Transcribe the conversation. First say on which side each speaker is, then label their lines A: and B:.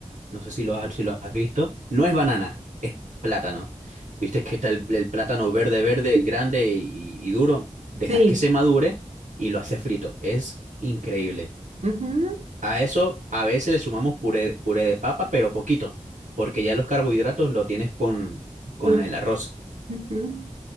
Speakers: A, on the right (about 80°); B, on the right (about 60°).
A: No sé si lo has, si lo has visto. No es banana, es plátano. Viste que está el, el plátano verde, verde, grande y, y duro. Dejas
B: Sí.
A: que se madure y lo haces frito. Es increíble.
B: Ujú,
A: A eso a veces le sumamos puré, puré de papa, pero poquito, porque ya los carbohidratos lo tienes con, con
B: Claro.
A: el arroz.
B: Ujú,